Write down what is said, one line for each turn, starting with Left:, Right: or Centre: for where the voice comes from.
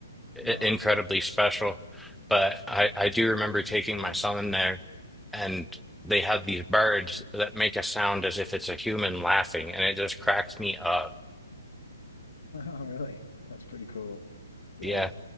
Centre: i-
Left: <laughs> No.
Centre: incredibly special but I I do remember taking
Left: Yeah,
Centre: my son there and they had these birds
Left: yeah.
Centre: that make a sound as if it's a human laughing and it just cracked me up
Left: <laughs> Oh, really? That's pretty cool. Yeah,
Centre: yeah